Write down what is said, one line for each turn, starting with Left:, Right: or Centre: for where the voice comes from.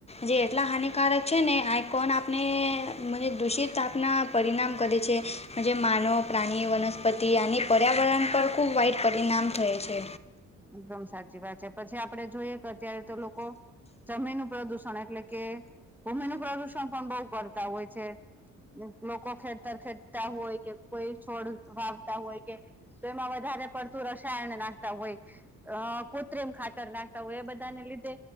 Left: જે એટલા હાનિકારક છે ને આ કોણ આપણે દૂષિત આપના પરિણામ કરે છે. જે માનવ પ્રાણી વનસ્પતિ અને પર્યાવરણ પર ખૂબ વાઈટ પરિણામ થય છે.
Centre: એકદમ સાચી વાત છે પછી આપડે જોઈએ કે અત્યારે તો લોકો. જમીનનું પ્રદુષણ એટલે કે ભૂમિનું પ્રદુષણ પણ બહુ કરતા હોય છે. લોકો ખેડતર ખેડતા હોય કે કોઈ છોડ વાવતા હોય કે. તો એમાં વધારે પડતું રસાયણ નાસ્તા હોય. અ કોત્ર એમ ખાતર નાખતા હોય એ બધા ને લીધે.